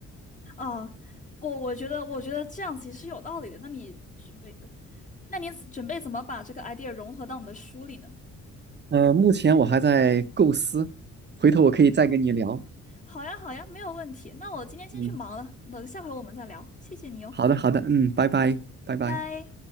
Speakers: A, on the left (about 25°); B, on the right (about 35°).
A: 哦，我我觉得，我觉得这样其实有道理的。那你准备，那你准备怎么把这个 idea 融合到你的书里呢？
B: 呃，目前我还在构思，回头我可以再跟你聊。
A: 好呀，好呀，没有问题。那我今天先去忙了，
B: 嗯，
A: 等下回我们再聊。谢谢你哦，
B: 好的，好的，嗯，拜拜，拜拜。
A: 拜拜。